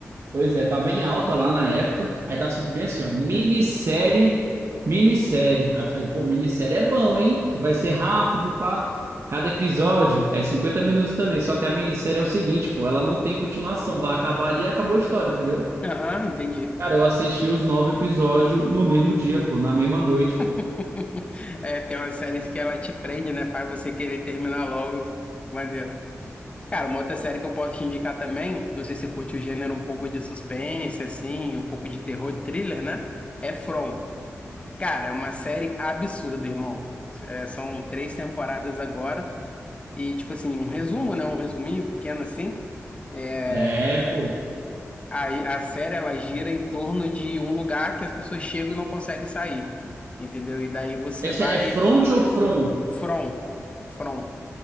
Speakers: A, on the right; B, on the left.
A: Pois é, tava em alta lá na época. Aí tava escrito bem assim, ó, minissérie, minissérie. Aí eu falei, pô, minissérie é bom, hein? Que vai ser rápido e pá. Cada episódio é 50 minutos também. Só que a minissérie é o seguinte, pô, ela não tem continuação. Vai acabar ali e acabou a história, entendeu?
B: Aham, entendi.
A: Cara, eu assisti os nove episódios no mesmo dia, pô, na mesma noite, pô.
B: <laughs> É, tem umas séries que ela te prende, né? Faz você querer terminar logo. Maneiro. Cara, uma outra série que eu posso te indicar também, não sei se você curte o gênero um pouco de suspense, assim, um pouco de terror, thriller, né? É From. Cara, é uma série absurda, irmão. É, são três temporadas agora. E, tipo assim, um resumo, né? Um resuminho pequeno, assim. É,
A: É, pô.
B: A, a série ela gira em torno de um lugar que as pessoas chegam e não conseguem sair, entendeu? E daí você
A: Essa
B: vai
A: é front ou from?
B: From, From,